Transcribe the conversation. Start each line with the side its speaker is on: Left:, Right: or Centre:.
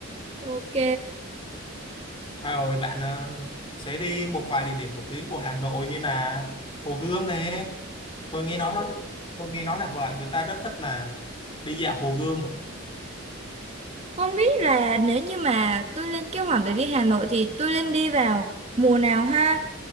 Right: Ok.
Left: À, rồi bạn ờ, sẽ đi một vài địa điểm nổi tiếng của Hà Nội như là Hồ Gươm này tôi nghe nói tôi nghe nói là vậy người ta rất thích là đi dạo Hồ Gươm
Right: Không biết là nếu như mà tôi lên kế hoạch để đi Hà Nội thì tôi nên đi vào mùa nào ha?